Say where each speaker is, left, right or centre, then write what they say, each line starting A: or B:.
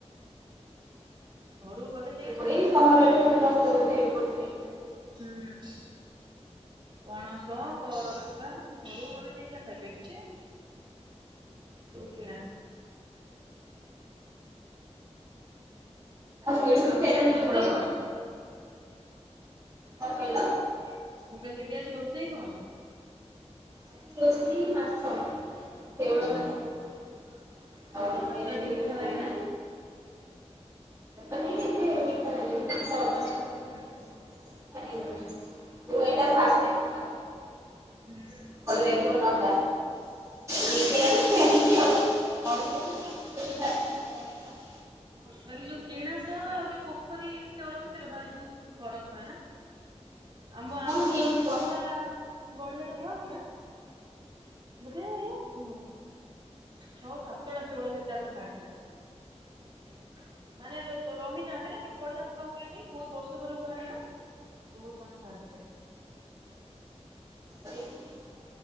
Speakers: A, on the right; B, on the right.
A: ଘରୁକୁ ଗଲେ ଯାଇ
B: ଏପଟେ
A: ସେସବୁ
B: ଏଇ ସହରରେ
A: ଖିଆ ହବ
B: ମିଳୁନଥିବ
A: ପଣସ
B: ବୋଧେ ଏପଟ ସାଇଟରେ।
A: ହୁଁ। ପଣସ କରମଗା ଘରକୁ ଗଲେଯାଇ ଯାହା ଖାଇବେ ଏଠୀ ସବୁ କିଣା
B: ମିଳୁଛି
A: ଆଉ
B: ସେଇଟା
A: ଦିଦି
B: ହଉଛି
A: ଆଜି ରୋଷେଇ
B: ବଡ କଥା।
A: କଣ?
B: କଣ କହିଲ
A: ମୁଁ କହିଲି ଦିଦି ଆଜି ରୋଷେଇ କଣ?
B: ଆଜି ରୋଷେଇ ମାଛ ଆମର
A: <unintelligible>
B: ଶେଉଳ
A: ଓହୋ
B: ମାଛ ଅଣା ହେଇଛି। ଆଉ
A: ସେଉଳ
B: କେରାଣ୍ଡି
A: ମାଛଟା ମିଠା
B: ମାଛ
A: ଲାଗେନା?
B: ଅଣା ଅଭି ଏଠେ ମିଠାଲାଗେନି ଟିକେ ନର୍ମାଲି ଲାଗେ
A: ଉଁ
B: ସେମିତି
A: ହୁଁ।
B: ଖାରିଆ ଲାଗୁଛି। ମୁଁ ଏଇଟା ଫାଷ୍ଟ ଟାଇମ୍ ଆମ
A: ହୁଁ।
B: ଭଲ ଲାଗିବ ନବା
A: ହଁ।
B: ନେଇକି ଆଇଲି ସେମିତି ଆଉ। ଚଳିବ ଆଉ ମାଛ
A: <unintelligible>
B: ଯଦି
A: ମୁଁ
B: ବାଛିକି ଖାଇବା କଥା।
A: କଇଁନି ଯୋଉ କିଣା ସେଉଳ ଆଉଯୋଉ ପୋଖରୀ ସେଉଳ ଭିତରେ ଭା ବହୁତ୍ ଫରକ୍ ଥାଏନା? ଆମ ଆମର
B: କଣ ହେଇଥିବ
A: ଥରେ ଗୋଟେ ଗଢ଼ିହା ଗଢ଼ିହାଟେ ବୁହା ହଉଥିଲା ବୋଧେ ଉ ଛଅ ସାତଟା ଷୋଉଳ ହେତାକରେ ବାହାରିଥିଲା। ମାନେ ଦ ରହିଯାଆନ୍ତିନା କିନ୍ତୁ ଗଢ଼ିଆ ବୁଆ ହୁଏନି ବହୁତ୍ ବର୍ଷ ପରେ ବୁଆ ହେଲାନା। ବହୁତ୍ ମାଛ ବାହାରିଥିଲେ।
B: ଏଇଠି କିଣା